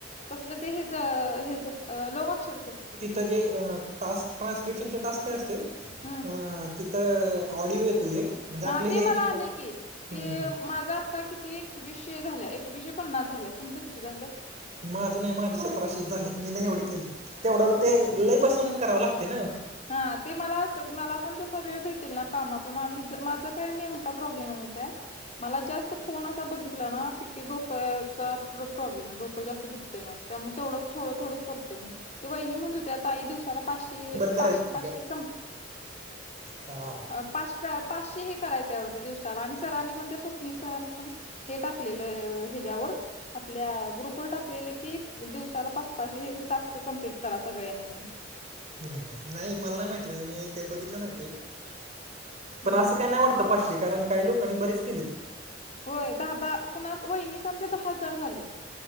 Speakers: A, on the left (about 40°); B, on the right (about 40°).
A: कसलं ते हेज हेज लोक आक्षरचं?
B: ते जे अ टास्क ट्रान्स्क्रिप्शनचे टास्क काय असते?
A: हम्म
B: अं तिथं ऑडिओ येतो एक म्हणजे
A: हा
B: आपले
A: ते
B: हे
A: मला
B: जे
A: आलंय
B: को हम्म
A: की. ते माझा आता किती एकवीसशे झाल्या एकवीसशे पन्नास झाल्यात. तुमचं किती झालेत?
B: माझे नाही माझे सतराशेछ झालेत. मी नाही एवढे केले. तेवढं ते लई बसून करावं लागते ना.
A: हा ते मलाच मला पण तसा वेळ भेटेल ना कामातून आणि माझं काय नेमका प्रॉब्लेम हाय माहितेय? मला जास्त फोन असा बघितला ना, ते की डोक्याचा प्रॉब्लेम आहे डोकं जास्त दुखतंय माझं. त्यामुळे तेवढंच थोडं थोडंच करतोय मी. ते वहिनी म्हणत होत्या ताई दिवसाला पाचशे
B: बरं करायचं
A: पाचशे पाचशे
B: घ्या
A: क
B: हा
A: अ पाच पाचशे हे करायचं आहे वाटतं दिवसाला आणि सरांनी पण त्या स्वप्नील सरांनी पण हे टाकलेलं हेज्यावर आपल्या ग्रुपवर टाकलेलं की, दिवसाला पाच पाचशे हे टास्क कम्प्लीट करा सगळ्यांनी म्हणून.
B: हम्म नाही मला नाही माहिती म्हणजे मी ते बघितलं नाही ते. पण
A: हम्म
B: असं काही नाही वाटतं पाचशे कारण, काही लोकांनी बरेच केलेत.
A: होय दहा दहा कुणात वहिनीच आमच्या दहा हजार झाले.